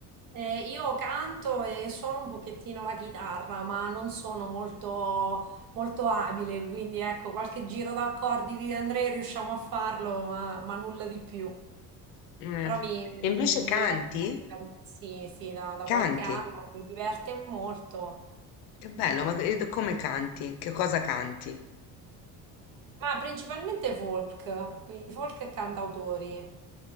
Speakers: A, on the right; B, on the left.
A: Eh, io canto e suono un pochettino la chitarra, ma non sono molto, molto abile, quindi ecco, qualche giro d'accordi di Andrea riusciamo a farlo, ma, ma nulla di più.
B: Mm.
A: Però mi,
B: E Invece
A: mi- mi diverte
B: canti?
A: molto cantare, sì, sì, da, da
B: Canti.
A: qualche anno mi diverte molto.
B: Che bello, ma che- come canti? Che cosa canti?
A: Ma principalmente folk, quindi folk e cantautori.